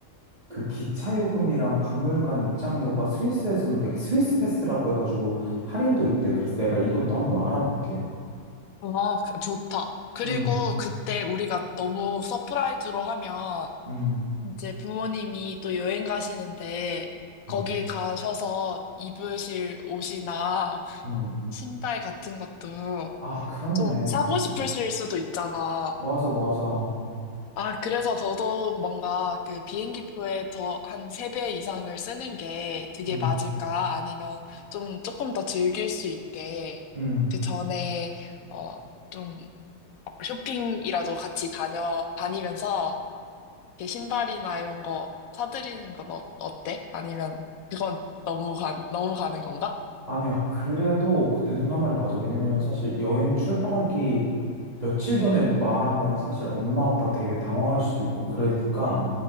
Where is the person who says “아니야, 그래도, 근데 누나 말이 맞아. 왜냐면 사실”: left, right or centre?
Right